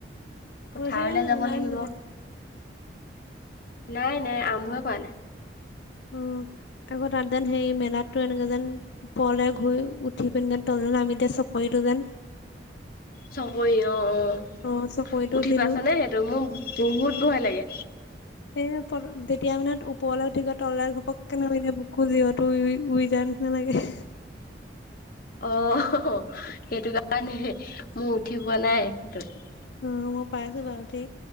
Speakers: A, on the left; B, on the left.
A: হৈছেগে
B: পথাৰলে
A: নাই
B: যাব
A: নাই
B: লাগিব।
A: হৈ চাগে
B: নাই নাই আমভয়ে কৱা নাই।
A: উম' আগৌ তাত যেন সেই মেলাতো এনেকে যেন ওপৰলে ঘুই উঠি পিনে তললে নামি দিয়ে চব- শৰীৰটো যেন-
B: চবৰি অঁ অঁ,
A: অ চকৰিটো
B: উঠি
A: উঠিলো
B: পাইছ নে সেটো মোক বহুত ভয় লাগে।
A: সে তেতিয়া মানে ওপৰলে উঠি গৈ তললে ঘপক কে নামি দিয়ে বো- কো জিঅটো উই উই উই যায় নিছিনা লাগে।
B: অ' হ হ সেইটো কাৰণে, মোৰ উঠি পোৱা নাই সেইটোত।
A: অঁ' মই পাইছো বাও উঠি।